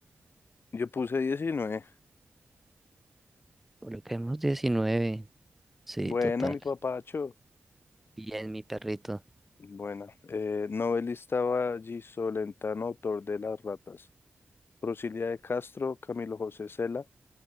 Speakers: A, on the left; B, in the centre.
A: Yo puse diecinueve
B: Coloquemos diecinueve Sí,
A: Buena,
B: total.
A: mi papacho.
B: Bien, mi perrito.
A: Buena. Eh, novelista Valle Solentano, autor de Las Ratas. Rosilia de Castro, Camilo José Cela,